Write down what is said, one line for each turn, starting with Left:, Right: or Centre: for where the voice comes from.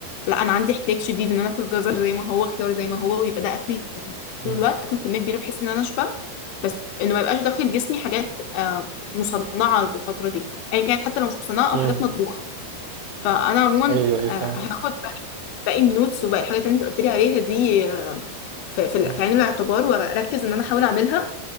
Left: لا انا عندي احتياج شديد ان انا اكل جزر زي ما هو خيار زي ما هو ويبقى ده اكلي
Right: مم.
Left: طول الوقت اكل كميه كبيره بحيث ان انا اشبع بس انه ما يبقاش داخل جسمي حاجات آه، مصنعه الفتره دي ايا يعني كانت حتى لو مش مصنعه او
Right: مم.
Left: حاجات مطبوخه فانا عموما
Right: ايوه ايوه ايه
Left: آه،
Right: فاهم
Left: هاخد باقي النوتس وباقي الحاجات اللي انت قلت لي عليها دي آه، في في
Right: مم.
Left: في عين الاعتبار واركز ان انا احاول اعملها